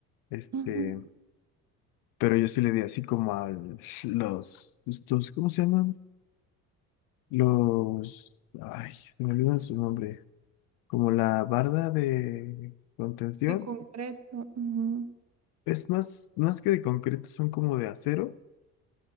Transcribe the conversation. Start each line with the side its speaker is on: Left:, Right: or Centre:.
Left: este,
Right: Ujú.
Left: pero yo sí le di así como a los, estos, ¿cómo se llaman? Los, ay, se me olvidan su nombre, como la barda de contención,
Right: Qué concreto. Ujú.
Left: es más, más que de concreto, son como de acero,